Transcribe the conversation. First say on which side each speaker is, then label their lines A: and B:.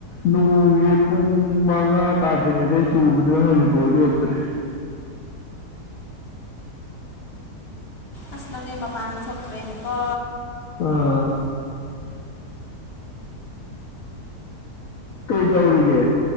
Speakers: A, on the left; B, on the left.
A: ꯅꯣꯡꯖꯦ ꯄꯨꯡ ꯃꯉꯥ ꯇꯥꯗ꯭ꯔꯤꯉꯩꯗꯩ ꯆꯨꯕꯗꯨꯅ ꯍꯧꯖꯤꯛꯐꯥꯎ ꯂꯦꯞꯇ꯭ꯔꯤ
B: ꯑꯁ ꯅꯪꯗꯤ ꯃꯄꯥꯟꯒ ꯊꯣꯛꯇꯔꯦꯅꯤꯀꯣ
A: ꯑꯥ ꯀꯩ ꯇꯧꯔꯤꯒꯦ